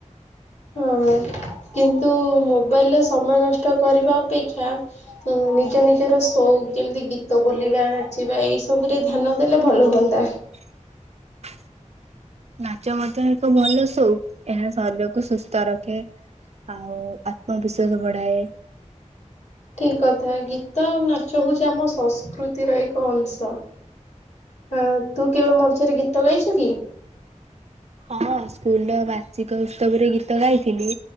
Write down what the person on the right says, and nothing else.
<inaudible>
<inaudible> ନାଚ ମଧ୍ୟ ଏକ ଭଲ ସଉକ ଏହା ଶରୀରକୁ ସୁସ୍ଥ ରଖେ ଆଉ ଆତ୍ମବିଶ୍ଵାସ ବଢାଏ।
ହଁ ସ୍କୁଲ ର ବାର୍ଷିକ ଉତ୍ସବ ରେ ଗୀତ ଗାଇଥିଲି